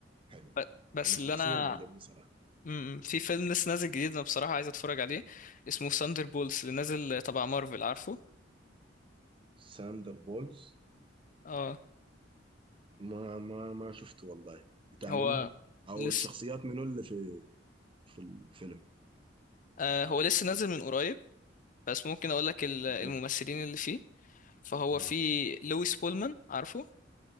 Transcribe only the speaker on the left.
ب- بس
اللي انا
امم في فيلم لسه نازل جديد انا بصراحة عايز اتفرج عليه اسمه ساندر بولز اللي نازل تبع مارفل عارفه
اه
هو
لسه
آه هو لسه نازل من قريب بس ممكن اقول لك ال- الممثلين
اللي فيه فهو
في لويس بولمان عارفه